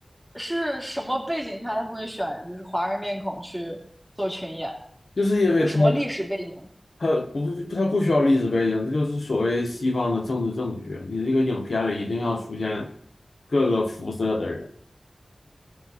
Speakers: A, in the centre; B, on the left (about 75°).
A: 是什么背景下他们会选就是华人面孔去做群演？
B: 就是因为他。
A: 就什么历史背景？
B: 它不，它不需要历史背景，这就是所谓西方的政治正确。你这个影片里一定要出现各个肤色的人，